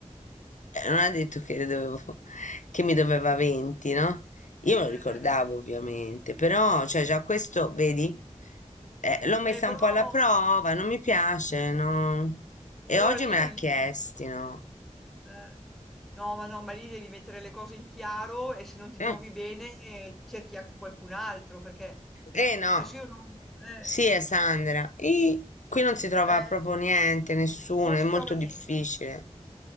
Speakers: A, on the left (about 85°); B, in the centre.
A: Eh, non ha detto che le dovevo, che mi doveva 20, no? Io
B: eh,
A: me lo ricordavo
B: eh, eh, eh.
A: ovviamente, però, cioè, già questo, vedi, eh, l'ho messa
B: Eh, però
A: un po' alla prova, non mi piace,
B: eh,
A: no? E
B: allora
A: oggi
B: lì
A: me l'ha chiesti,
B: lì
A: no?
B: Eh. No, ma no, ma lì devi mettere le cose in chiaro e se non ti
A: Mm,
B: trovi bene eh, cerchi anche qualcun altro perché
A: Eh no,
B: adesso io non, eh,
A: sì, è Sandra. E qui non si trova
B: eh,
A: proprio niente, nessuno,
B: non
A: è
B: ci
A: molto
B: trova
A: difficile,
B: niente.